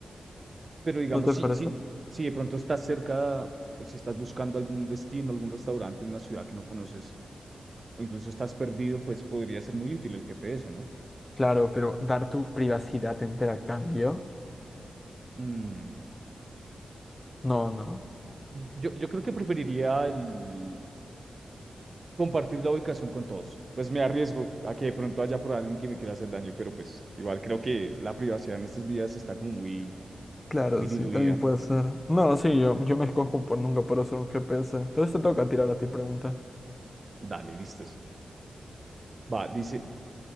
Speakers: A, on the right; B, on the left.
A: pero digamos,
B: ¿No te
A: si,
B: parece?
A: si, si de pronto estás cerca, o si estás buscando algún destino, algún restaurante en una ciudad que no conoces. o incluso estás perdido, pues podría ser muy útil el GPS, ¿no?
B: Claro, pero dar tu privacidad entera a cambio.
A: Mm,
B: No, no.
A: Yo, yo creo que preferiría el compartir la ubicación con todos. Pues me arriesgo a que de pronto haya por alguien que me quiera hacer daño, pero pues igual creo que la privacidad en estos días está como muy,
B: Claro,
A: muy diluida.
B: sí, también puede ser. No, sí, yo, yo me escojo por nunca poder usar un GPS. Entonces te toca tirar a ti pregunta.
A: Dale, listos. Va, dice,